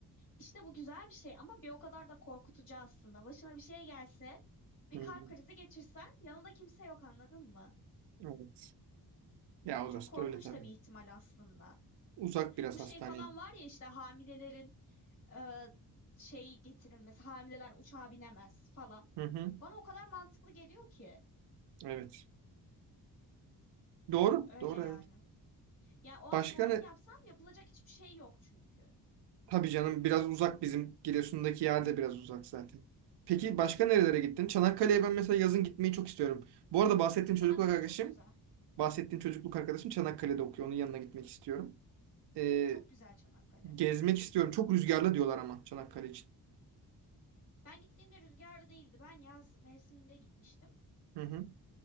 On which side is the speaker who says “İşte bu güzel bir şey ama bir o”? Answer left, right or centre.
Left